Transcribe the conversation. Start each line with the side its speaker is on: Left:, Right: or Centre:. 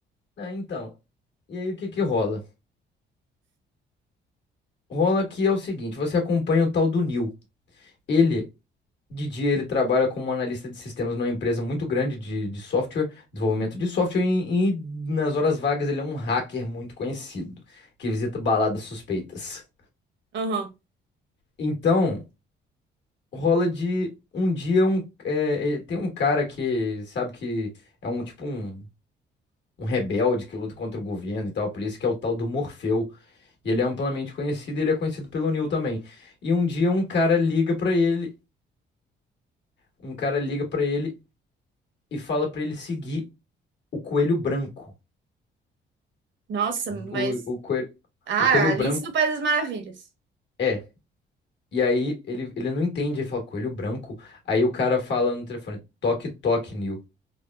Left: Ah, então. E aí o que que rola? Rola que é o seguinte, você acompanha o tal do Neil. Ele De dia ele trabalha como analista de sistemas numa empresa muito grande de, de software, desenvolvimento de software, e, e nas horas vagas ele é um hacker muito conhecido, que visita baladas suspeitas.
Right: Aham.
Left: Então, rola de um dia um, é, é, tem um cara que sabe que é um tipo um, um rebelde que luta contra o governo e tal, por isso que é o tal do Morfeu. E ele é amplamente conhecido, e ele é conhecido pelo Neil também. E um dia um cara liga pra ele, um cara liga para ele e fala pra ele seguir o coelho branco.
Right: Nossa, mas.
Left: O, o coelho,
Right: Ah,
Left: o coelho
Right: Alice
Left: branco.
Right: do País das Maravilhas.
Left: É. E aí ele, ele não entende, ele fala, coelho branco. Aí o cara fala no telefone, toque, toque, Neil.